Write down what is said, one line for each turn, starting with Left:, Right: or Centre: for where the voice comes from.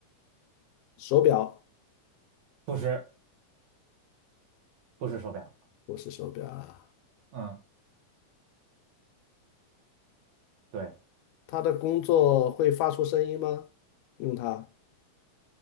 Left: 手表，
Right: 不是，不是手表，
Left: 不是手表啊。
Right: 嗯对，
Left: 它的工作会发出声音吗？用它